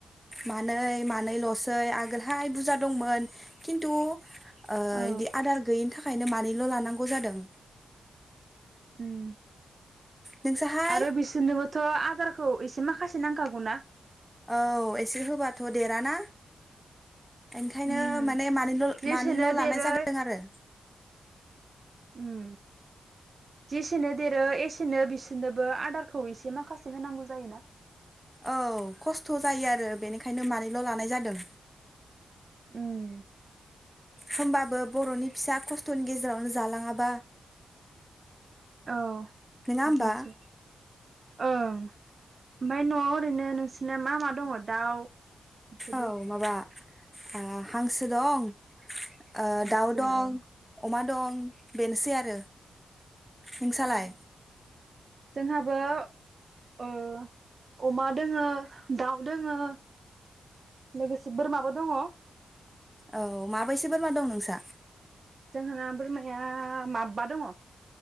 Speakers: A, in the centre; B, on the right.
A: मानै मानैल' सै आगोलहाय बुजा दंमोन किन्थु ओ
B: औ
A: इदि आदार गैयिनि थाखाय नो मानैल' लानांगौ जादों।
B: उम।
A: नोंसाहाय
B: आरो बिसिनोबो थ' आदारखौ एसे माखासे नांखागौ ना?
A: औ एसे होबाथ' देराना। इनखायनो
B: उम
A: माने मानैल'
B: जेसेनो
A: मानैल'
B: देरो
A: लानाय जादों आरो
B: उम जेसेनो देरो एसेनो बिसोरनोबो आदारखौ एसे माखासे होनांगौ जायो ना?
A: औ खस्थ' जायो आरो बेनिखायनो मानैल' लानाय जादों।
B: उम।
A: होमबाबो बर'नि फिसा खस्थ'नि गेजेरावनो जालाङाबा
B: औ।
A: नोङा
B: बिदिनोसै
A: होमबा?
B: ओं ओमफ्राय न'आव ओरैनो नोंसिना मा मा दङ'? दाउ बेफोरदि
A: औ माबा आ हांसो दं ओ
B: हांसो
A: दाउ दं
B: औ
A: अमा दं बेनोसै आ रो। नोंसालाय?
B: औ जोंहाबो ओ अमा दोङो दाउ दोङो लोगोसे बोरमाबो दङ'।
A: औ माबैसे बोरमा दं नोंसा?
B: जोंहाना बोरमाया माबबा दङ'।